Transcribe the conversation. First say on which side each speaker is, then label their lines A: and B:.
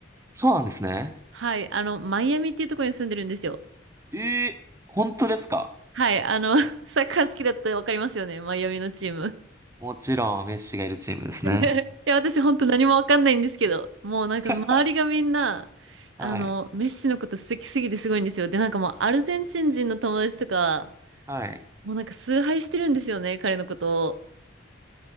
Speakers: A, on the right (about 15°); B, on the right (about 75°).
A: そうなんですね。
B: はい、あの、マイアミっていうところに住んでるんですよ。
A: えー本当ですか
B: はい、あの、<laughs> サッカー好きだったら分かりますよね、マイアミのチーム。
A: もちろん、メッシがいるチームですね。
B: いや、私本当何もわかんないんですけど、もうなんか周りがみんな、
A: <laughs>
B: あの、
A: はい。
B: メッシのこと好きすぎてすごいんですよ。で、なんかもうアルゼンチン人の友達とか、
A: はい。
B: もうなんか崇拝してるんですよね、彼のことを。